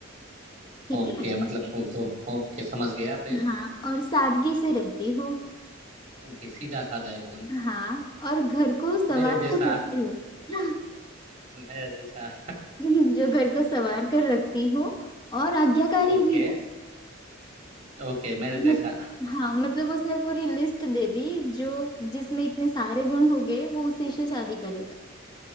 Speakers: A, on the left (about 20°); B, on the right (about 35°).
A: ठीक
B: ओके
A: है
B: मतलब पूछो ओके समझ गया फिर
A: हाँ और सादगी से रहती हो
B: ओके सीधा साधा एकदम
A: हाँ और घर को संवार
B: मेरे जैसा
A: कर रखती हो <laughs>
B: मेरे जैसा
A: हम्म, जो घर को संवार कर रखती हो और आज्ञाकारी
B: ओके
A: भी हो
B: ओके मेरे जैसा
A: मत, हाँ मतलब उसने पूरी लिस्ट दे दी जो जिसमें इतने सारे गुण हो गए वो उसी से शादी करेगा